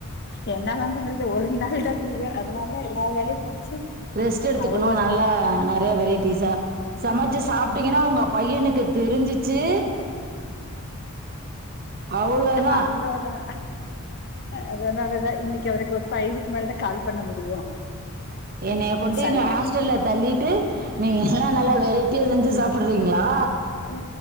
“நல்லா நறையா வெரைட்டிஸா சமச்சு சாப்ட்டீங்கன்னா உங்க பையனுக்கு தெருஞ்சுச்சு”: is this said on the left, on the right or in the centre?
Right